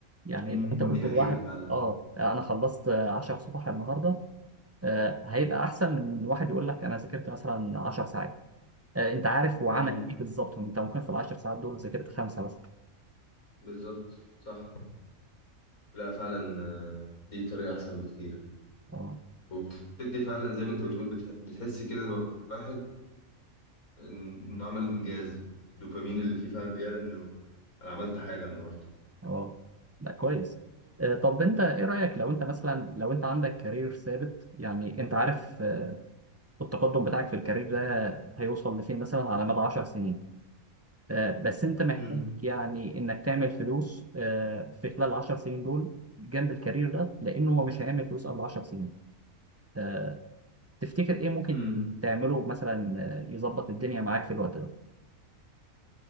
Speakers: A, on the right; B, on the left.
A: يعني
B: امم
A: لو انت قلت
B: دي حقيقة
A: لواحد
B: فعلا
A: اه انا خلصت 10 صفح النهارده آه هيبقى احسن من واحد يقول لك انا ذاكرت مثلا 10 ساعات آه انت عارف هو عمل
B: امم
A: ايه بالظبط انت ممكن في ال 10 ساعات دول ذاكرت خمسه مثلا
B: بالظبط صح لا فعلا آه، دي طريقة أحسن بكتير
A: اه
B: وبتدي فعلا زي ما انت بتقول بتح- بتحس كده الواحد ان- انه عمل انجاز الدوبامين اللي فيه فعلا بيعلن انه انا عملت حاجه النهارده
A: اه لا كويس آه، طب انت ايه رأيك لو انت مثلا لو انت عندك كارير ثابت يعني انت عارف آه، التقدم بتاعك في الكارير ده هيوصل لفين مثلا على مدى 10 سنين آه، بس انت محتاج
B: امم
A: يعني انك تعمل فلوس آه، في خلال 10 سنين دول جنب الكارير ده لانه هو مش هيعمل فلوس قبل 10 سنين آه، تفتكر ايه ممكن
B: امم
A: تعمله مثلا آه، يظبط الدنيا معاك في الوقت ده